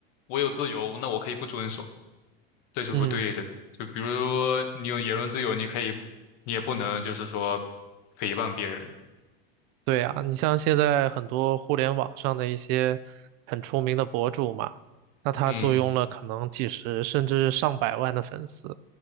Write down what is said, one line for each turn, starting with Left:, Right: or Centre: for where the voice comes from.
Left: 我有自由，那我可以不遵守，这就不对的。
Right: 嗯。
Left: 就比如你有言论自由，你可以，你也不能就是说诽谤别人。
Right: 对啊，你像现在很多互联网上的一些很出名的博主嘛，那他坐拥了可能几十甚至上百万的粉丝，
Left: 嗯